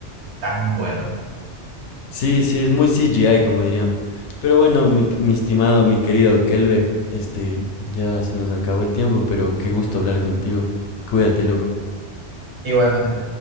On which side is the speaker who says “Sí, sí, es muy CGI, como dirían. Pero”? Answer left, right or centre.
Left